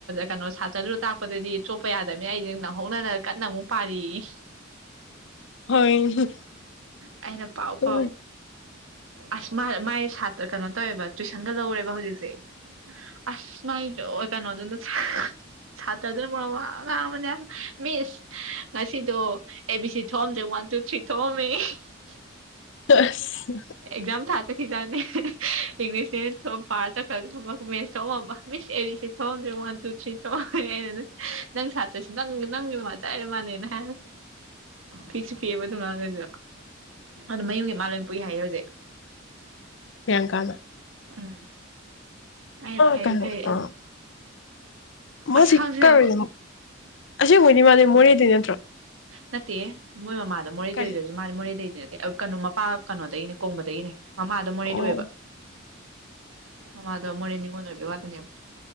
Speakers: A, on the right; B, on the left.
A: ꯀꯩꯅꯣ ꯁꯥꯇ꯭ꯔꯗꯨꯗ ꯇꯥꯛꯄꯗꯨꯗꯤ ꯆꯣꯞꯄ ꯌꯥꯗꯕꯅꯤ ꯑꯩꯁ ꯅꯧꯍꯧꯅ ꯀꯟꯅ ꯑꯃꯨꯛ ꯄꯥꯔꯤꯌꯦ
B: ꯍꯣꯏꯅꯦ ꯍ
A: ꯑꯩꯅ ꯄꯥꯎ ꯄꯥꯎ
B: ꯍ
A: ꯑꯁ ꯃꯥ ꯃꯥꯏ ꯁꯥꯇ꯭ꯔ ꯀꯩꯅꯣ ꯇꯧꯋꯦꯕ ꯇꯨꯋꯏꯁꯟꯒ ꯂꯧꯋꯦꯕ ꯍꯧꯖꯤꯛꯁꯦ ꯑꯁ ꯃꯥꯏ ꯑꯣ ꯀꯩꯅꯣꯗꯨꯅ ꯁꯥꯇ꯭ꯔꯗꯨꯅ ꯃꯔꯣꯜ ꯑꯃ ꯑꯉꯥꯡ ꯑꯃꯅꯦ ꯃꯤꯁ ꯉꯁꯤꯗꯣ ꯑꯦ ꯕꯤ ꯁꯤ ꯊꯣꯛꯑꯝꯗ꯭ꯔꯦ ꯋꯥꯟ ꯇꯨ ꯊ꯭ꯔꯤ ꯊꯣꯛꯑꯝꯃꯤꯌꯦ ꯍꯤꯍꯤꯍꯤ
B: ꯑꯁ
A: ꯑꯦꯛꯖꯥꯝ ꯊꯥ ꯆꯠꯈꯤꯖꯥꯠꯅꯤ꯫ ꯏꯪꯂꯤꯁ ꯅꯦꯅ ꯊꯣ ꯄꯥꯔ ꯆꯠꯈ꯭ꯔꯒ ꯁꯣꯝꯒ ꯃꯦꯁ ꯊꯣꯛꯑꯝꯃꯕ ꯃꯤꯁ ꯑꯦ ꯕꯤ ꯁꯤ ꯊꯣꯛꯑꯝꯗ꯭ꯔꯦ ꯋꯥꯟ ꯇꯨ ꯊ꯭ꯔꯤ ꯊꯣꯛꯑꯝꯃꯦ ꯑꯩꯅꯅꯦ ꯅꯪ ꯁꯥꯇ꯭ꯔꯁꯨ ꯅꯪ ꯅꯪ ꯃ ꯆꯥꯛꯏꯃꯥꯟꯅꯦ ꯅ ꯍꯥꯏ ꯄꯤꯛꯁꯨ ꯄꯤꯛꯑꯦꯕ ꯑꯗꯨꯏ ꯑꯉꯥꯡꯗꯨꯁꯨ ꯑꯗꯨ ꯃꯌꯨꯝꯒꯤ ꯃꯥ ꯂꯣ ꯄꯨꯏ ꯍꯥꯏꯌꯦ ꯍꯧꯖꯤꯛ
B: ꯄꯤꯌꯥꯡꯀꯥꯗ
A: ꯎꯝ ꯑꯩꯅ
B: ꯑ
A: ꯐꯩ
B: ꯀꯩꯅꯣ
A: ꯐꯩ
B: ꯑꯥ ꯃꯣꯁꯤꯇꯔꯖꯦ
A: ꯑꯁ ꯈꯪꯁꯤꯅ
B: ꯑꯁꯦꯡꯕꯩꯗꯤ ꯃꯥꯗꯤ ꯃꯣꯔꯦꯗꯩ ꯅꯠꯇ꯭ꯔꯣ
A: ꯅꯠꯇꯦꯍꯦ ꯃꯣꯏ ꯃꯃꯥꯗ ꯃꯣꯔꯦꯗ
B: ꯀꯥꯏ
A: ꯑꯣꯏꯔꯁꯨ ꯃꯥꯗꯤ ꯃꯣꯔꯦꯗꯩꯗꯤ ꯅꯠ ꯇꯦ ꯑ ꯀꯩꯅꯣ ꯃꯄꯥ ꯀꯅꯣꯗꯩꯅꯤ ꯀꯣꯡꯕꯗꯒꯤꯅꯦ꯫ ꯃꯥꯃꯥ ꯗꯣ ꯃꯣꯔꯦꯗꯩ
B: ꯑꯣ
A: ꯑꯣꯏꯕ ꯃꯃꯥ ꯗꯣ ꯃꯣꯔꯦ ꯅꯤꯉꯣꯟ ꯑꯣꯏꯕꯩ ꯋꯥꯗꯅꯦꯕ